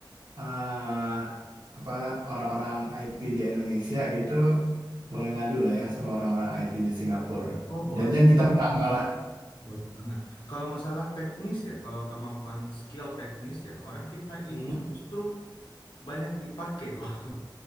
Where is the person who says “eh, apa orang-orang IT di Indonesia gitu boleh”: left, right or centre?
Right